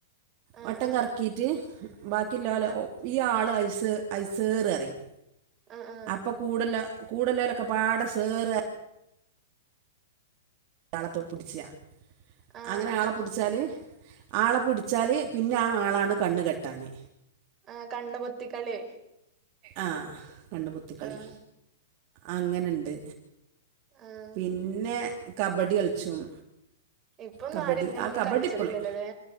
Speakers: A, on the right; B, on the right.
A: ആ
B: വട്ടം
A: ആ
B: കറക്കീറ്റ് ബാക്കി ലോല്
A: മൻ-
B: ഈ ആള് ഐസ് ഐസേറ് അറിയും.
A: ആ ആ
B: അപ്പോ കൂടൊല്ല കൂടല്ലാരൊക്കെ പാട് സേറ് രാള ത്തോ പുടിച്ചിയാ
A: ആ
B: അങ്ങനെ ആളപ്പുടിച്ചാല് ആള പുടിച്ചാല് പിന്നെ ആ ആളാണ് കണ്ണ് കെട്ടാന്
A: ആഹ് കണ്ണുപൊത്തി കളി.
B: ആഹ് കണ്ണ് പൊത്തിക്കളി ആഹ് കണ്ണുപൊത്തികളി
A: ആഹ്
B: അങ്ങനിണ്ട്.
A: ആഹ്
B: പിന്നെ കബഡി കളിച്ചും.
A: ഇപ്പോന്നും
B: കബഡി
A: ആരും ഇങ്ങനൊന്നും
B: ആ കബഡി
A: കളിച്ചില്ലല്ലോല്ലേ.
B: ഇപ്പളും